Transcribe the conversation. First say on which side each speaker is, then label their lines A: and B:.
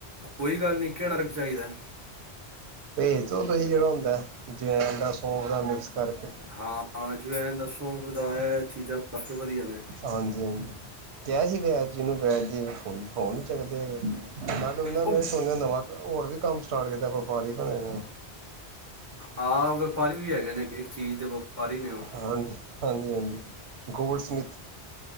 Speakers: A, on the right; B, on the right.
A: ਕੋਈ ਗੱਲ ਨਹੀਂ ਕਿਹੜਾ ਅਰਕ ਚਾਹੀਦਾ।
B: ਭੇਜ ਦਿਓ ਤੁਸੀਂ ਜਿਹੜਾ ਹੁੰਦਾ ਜਵੈਨ ਦਾ ਸੌਂਫ ਦਾ ਮਿਕਸ ਕਰਕੇ।
A: ਹਾ-ਹਾ ਜਵੈਨ ਦਾ ਸੌਂਫ ਦਾ ਇਹ ਚੀਜ਼ਾਂ ਵਧੀਆ ਨੇ
B: ਹਾਂਜੀ-ਹਾਂਜੀ ਕਿਹਾ ਸੀ। ਜਿਹਨੂੰ <unintelligible> ਪੈ ਫੋਨ ਨੀ ਚੱਕਦੇ ਹੈਗੇ। ਗੱਲ ਉਹਨਾਂ
A: ਉਹ
B: ਸੁਣਿਆ ਨਵਾਂ ਹੋਰ ਵੀ ਕੰਮ ਸਟਾਰਟ ਕੀਤਾ ਵਪਾਰੀ ਬਣੇ ਨੇ
A: ਆ ਪਰ ਵੀ ਹੈਗੇ ਨੇ ਇੱਕ ਚੀਜ਼ ਦੇ ਵਪਾਰੀ ਨੇ ਉਹ
B: ਹਜ ਹਾਂਜੀ-ਹਾਂਜੀ। ਗੋਲਸਮਿਥ